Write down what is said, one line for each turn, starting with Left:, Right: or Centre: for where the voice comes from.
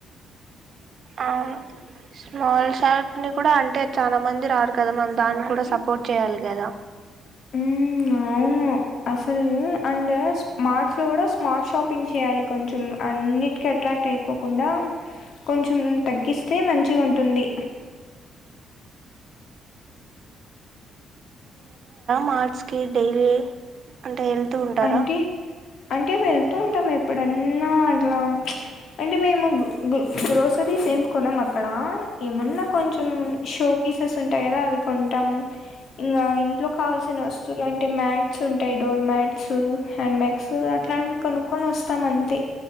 Right: అవును స్మాల్ షాప్ ని కూడా అంటే చానా మంది రారు కదా మనం దాన్ని కూడా సపోర్ట్ చేయాలి కదా
Left: ఉమ్ అవును అసలు అండ్ మార్ట్స్లో కూడా స్మార్ట్ షాపింగ్ చేయాలి కొంచెం అన్నిటికీ అట్రాక్ట్ అయిపోకుండా కొంచెం తగ్గిస్తే మంచిగా ఉంటుంది
Right: మార్స్కి డైలీ అంటే ఉంటారా
Left: అంటే అంటే వెళ్తూ ఉంటాం ఎప్పుడన్నా అట్లా అంటే మేము గో-గ్రోసరీస్ ఏమి కొనం అక్కడ ఏమన్నా కొంచెం షో పీసెస్ ఉంటాయి కదా అవి కొంటాం ఇంకా ఇంట్లో కావాల్సిన వస్తు ఇలాంటి మ్యాట్స్ ఉంటాయి డోర్ మ్యాట్స్ హ్యాండ్ బ్యాగ్స్ అట్లాంటివి కొనుక్కొని వస్తాయి మోత్తమంతే